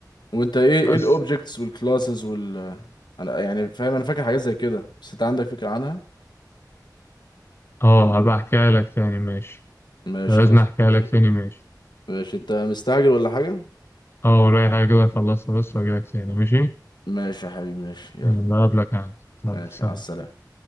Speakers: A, on the left (about 85°); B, on the left (about 35°).
A: وانت ايه
B: بس
A: ايه الاوبجكتس والكلاسز وال انا يعني فاهم انا فاكر حاجات زي كده بس انت عندك فكرة عنها
B: اه هبقى احكيها لك تاني ماشي
A: ماشي
B: لازم
A: خلاص
B: احكي
A: انت
B: لك تاني ماشي
A: ماشي انت مستعجل ولا حاجة
B: اه ورايا حاجة كده اخلصها بس واجي لك تاني ماشي
A: ماشي يا حبيبي ماشي يلا
B: يلا اقابلك عادي يلا
A: ماشي
B: سلام
A: على السلامة